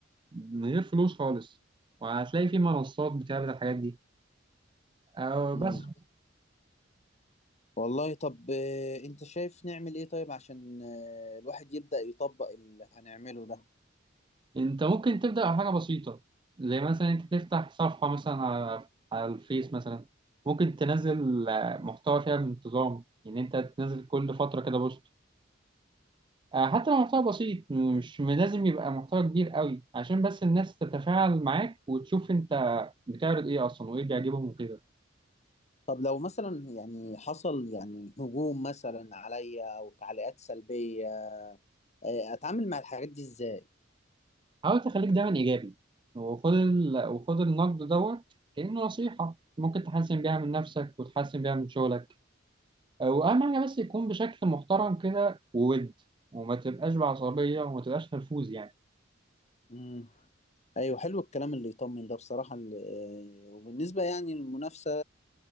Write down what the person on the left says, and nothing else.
مم.
والله طب آه، انت شايف نعمل ايه طيب عشان آه، الواحد يبدأ يطبق اللي هنعمله ده
طب لو مثلا يعني حصل يعني هجوم مثلا عليا او تعليقات سلبية آه، اتعامل مع الحاجات دي ازاي
مم. ايوه حلو الكلام اللي يطمن ده بصراحة ال- آه، وبالنسبة يعني للمنافسة